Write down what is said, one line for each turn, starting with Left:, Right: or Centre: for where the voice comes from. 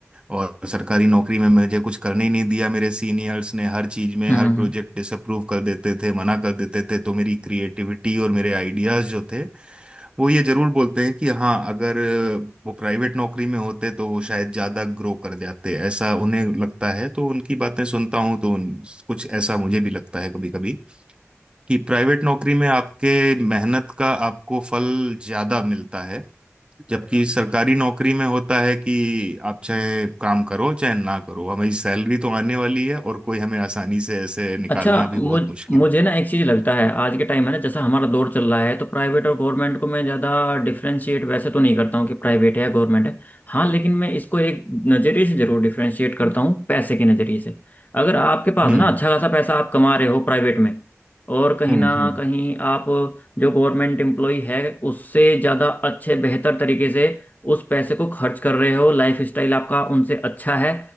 Right: और सरकारी नौकरी में मुझे कुछ करने ही नहीं दिया मेरे सीनियर्स ने हर चीज में
Left: हम्म
Right: हर प्रोजेक्ट
Left: हम्म।
Right: डिसअप्रूव कर देते थे मना कर देते थे तो मेरी क्रिएटिविटी और मेरे आइडियाज जो थे वो ये जरूर बोलते हैं कि हाँ अगर वो प्राइवेट नौकरी में होते तो वो शायद ज्यादा ग्रो कर जाते ऐसा उन्हें लगता है तो उनकी बातें सुनता हूँ तो उन- कुछ ऐसा मुझे भी लगता है कभी कभी कि प्राइवेट नौकरी में आपके मेहनत का आपको फल ज्यादा मिलता है जबकि सरकारी नौकरी में होता है कि आप चाहे काम करो चाहे ना करो हमारी सैलरी तो आने वाली है और कोई हमें आसानी से ऐसे निकालना
Left: अच्छा
Right: भी
Left: मुझ
Right: बहुत मुश्किल
Left: मुझे
Right: है
Left: ना एक चीज़ लगता है आज के टाइम है ना जैसा हमारा दौर चल रहा है तो प्राइवेट और गवर्नमेंट को मैं ज़्यादा डिफरेंशिएट वैसे तो नहीं करता हूँ कि प्राइवेट है या गवर्नमेंट है हाँ लेकिन मैं इसको एक नज़रिए से ज़रूर डिफरेंशिएट करता हूँ पैसे के नज़रिए से अगर आपके पास
Right: हम्म
Left: ना अच्छा खासा पैसा आप कमा रहे हो प्राइवेट में और कहीं
Right: हम्म
Left: ना
Right: हम्म
Left: कहीं आप जो गवर्नमेंट एम्प्लॉय है उससे ज़्यादा अच्छे बेहतर तरीके से उस पैसे को खर्च कर रहे हो लाइफ स्टाइल आपका उनसे अच्छा है